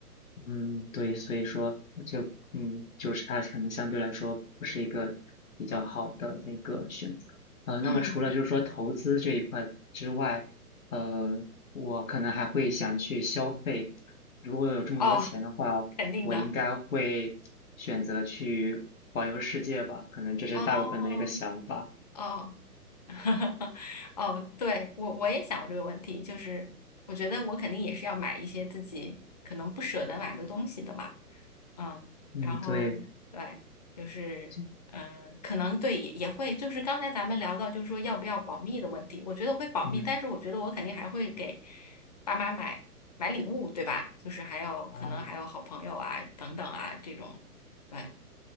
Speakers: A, on the left; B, on the left.
A: 嗯，对，所以说就嗯，就是它可能相对来说不是一个比较好的那个选择。呃，
B: 嗯，
A: 那么除了就是说投资这一块之外，呃，我可能还会想去消费。如果有这么多钱的话，
B: 哦，<laughs> 肯定的，
A: 我应该会选择去环游世界吧，可能这是大部分的一个想法。
B: 哦哦。<laughs> 哦，对，我我也想过这个问题，就是我觉得我肯定也是要买一些自己可能不舍得买的东西的嘛，嗯，
A: 嗯，
B: 然后对，
A: 对，
B: 就是嗯、
A: 就
B: 呃可能对也也会，就是刚才咱们聊到就是说要不要保密的问题，我觉得会保密，
A: 嗯，
B: 但是我觉得我肯定还会给爸妈买买礼物，对吧？就是还有可能还有好朋友啊等等啊这种，
A: 哦。
B: 对，